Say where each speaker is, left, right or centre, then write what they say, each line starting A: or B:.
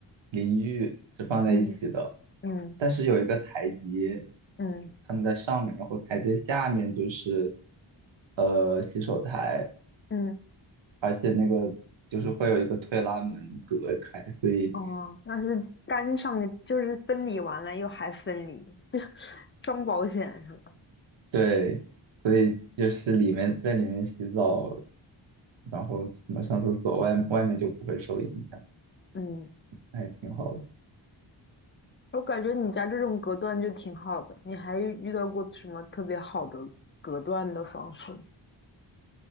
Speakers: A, on the right (about 70°); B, on the left (about 25°).
A: 淋浴是放在一起的，
B: 嗯嗯
A: 但是有一个台阶，
B: 嗯
A: 他们在上面，然后台阶下面就是呃洗手台，
B: 嗯，
A: 而且那个就是会有一个推拉门隔开，所以
B: 哦，但是干上就是分离完了又还分离，<laughs> 就装保险是吧？
A: 对，所以就是里面在里面洗澡，然后什么上厕所，外外面就不会受影响，
B: 嗯。
A: 还挺好的。
B: 我感觉你家这种隔断就挺好的，你还遇到过什么特别好的隔断的方式吗